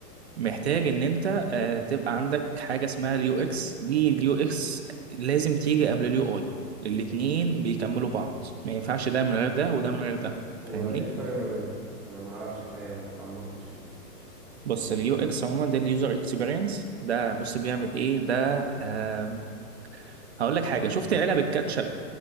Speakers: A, on the right; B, in the centre.
A: محتاج ان انت آه تبقى عندك حاجة اسمها اليو اكس دي اليو اكس لازم تيجي قبل اليو اي الاتنين بيكملوا بعض ما ينفعش ده من غير ده وده من غير ده
B: هو
A: فاهمني
B: ايه الفرق ما بينهم انا ما اعرفش الحقيقه ما تعمقتش فيه
A: بص اليو اكس عموما ده اليوزر اكسبيرينس ده بص بيعمل ايه ده آم، هقول لك حاجه شفت علب الكاتشب